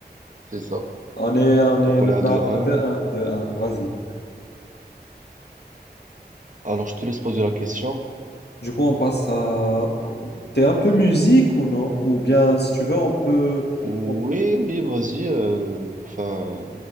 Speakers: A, on the right; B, on the left.
A: C'est ça.
B: On est, on est
A: Donc on
B: maintenant
A: est à 2-1.
B: à deux 1 deux. 1 Vas-y.
A: Alors je te laisse poser la question.
B: Du coup, on passe à... T'es un peu musique ou non? Ou bien, si tu veux, on peut...
A: Oui,
B: on-
A: oui, vas-y. euh, enfin,